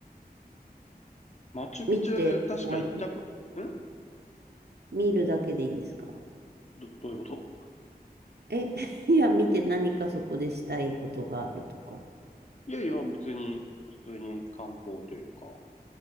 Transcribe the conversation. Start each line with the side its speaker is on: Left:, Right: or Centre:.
Left: マチュピチュ、
Right: 見て終わり
Left: うん確んか行ったこ、ん
Right: 見るだけでいいんですか
Left: ど、どういうこと
Right: え、<laughs> いや、見て何かそこでしたいことがあるとか。
Left: いやいや、別に、普通に観光というか。